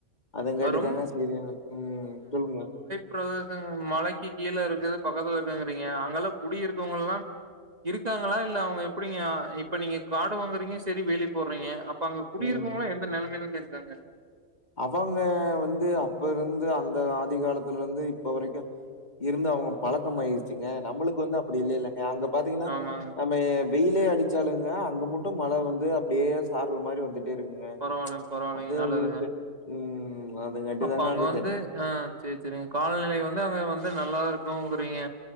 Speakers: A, on the left; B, on the right.
A: அதங்காட்டி
B: அது ரொம்ப
A: தாங்க செரி ம் சொல்லுங்க
B: பிரதேசம் மலைக்கு கீழ இருக்குது பக்கத்துல இருக்குங்குறீங்க அங்கலா குடி இருக்கவங்கல்லா இருக்காங்களா இல்ல அவுங்க எப்டிங்க இப்ப நீங்க காடு வாங்குறீங்க செரி வேலி போட்றீங்க இப்ப அங்க குடியிருக்கவுங்கலா
A: ம்.
B: எந்த நெலமைலங்க இருக்காங்க
A: அவங்க வந்து அப்பருந்து அந்த ஆதி காலத்துல இருந்து இப்ப வரைக்கு இருந்து அவங்க பழக்கம் ஆயிருச்சுங்க நம்ளுக்கு வந்து அப்டி இல்லைலங்க அங்க பாத்தீங்கன்னா
B: ஆமாங்க
A: நம்ம வெயிலே அடிச்சாலுங்க அங்க மட்டும் மழ வந்து அப்டியே சாரல் மாரி வந்து டி இருக்குங்க
B: பரவாயில்லைங்க பரவாயில்லைங்க
A: அது
B: நல்லதுங்க
A: அது செட் ம் அதுங்காட்டி
B: அப்ப
A: தாங்க
B: அங்க வந்து
A: செட்
B: ஆ சேரி சேரிங்க காலநிலை வந்து அங்க வந்து நல்லா இருக்குங்குறீங்க